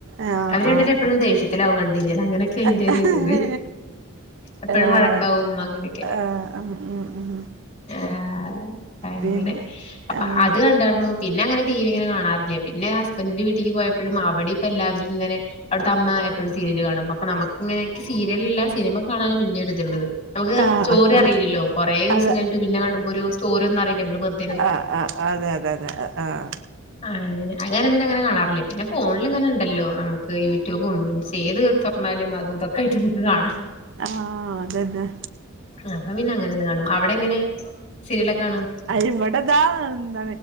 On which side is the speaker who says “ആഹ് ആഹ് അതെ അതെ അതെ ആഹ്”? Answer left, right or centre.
Right